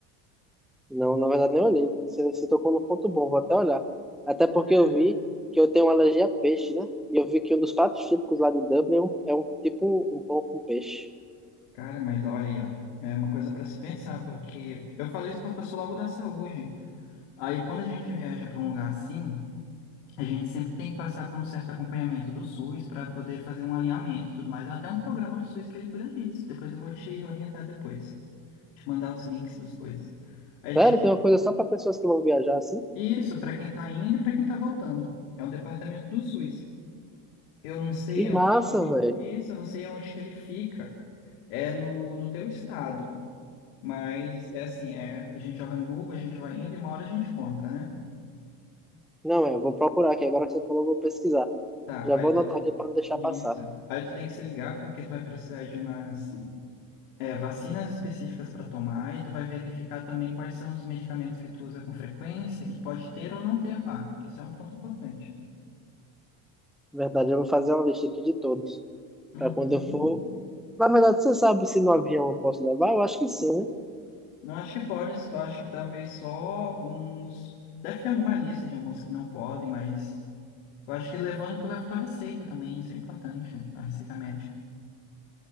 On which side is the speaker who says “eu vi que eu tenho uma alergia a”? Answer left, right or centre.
Centre